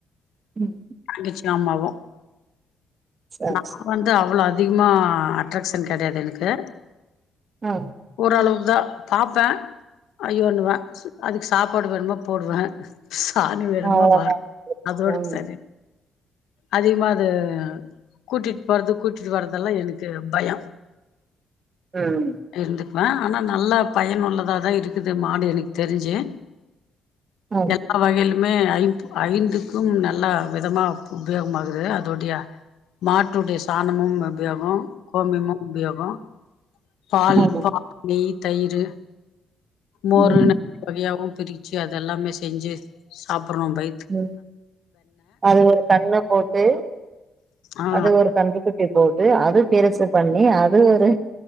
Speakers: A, on the right (about 40°); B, on the left (about 80°).
A: ம்
B: தங்கச்சுயு ஆம்மாவு
A: சரி
B: நா
A: சரி
B: வந்து அவ்ளோ அதிகமா அட்ராகஷன் கெடையாது எனக்கு
A: அ
B: ஓரளவு தா பாப்பே ஐயோன்னுவே அதுக்கு சாப்பாடு வேணுமோ போடுவே சாணி வேணுமா
A: அவ்ளோதா
B: வா <inaudible> அதோட
A: ம்
B: சரி அதிகமாது அ கூட்டிட்டு போறது கூட்டிட்டு வற்றதெல்லா எதுக்கு பயோ
A: ம்
B: இருந்துக்குவே ஆனா நல்லா பயன்ள்ளதா தா இருக்குது மாடு எனக்கு தெருஞ்சு
A: ஆமா
B: லக் எல்லா வகையிலுமே ஐம் ஐந்துக்கும் நல்லா விதமா உபயோகமாகுது அதோடைய மாட்டுடைய சாணமு உபயோகோ கோமியமு உபயோகோ பால்
A: ஆமா.
B: நெய் தயிரு மோருன்னு
A: ம்
B: வகையாவு பிருச்சு அதெல்லாமே செஞ்சு சாப்புற்றோ பை
A: ம் அது ஒரு கன்ன போட்டு
B: ஆ
A: அது ஒரு கன்டுக்குட்டி போட்டு அது பெருசு பண்ணி அது ஒரு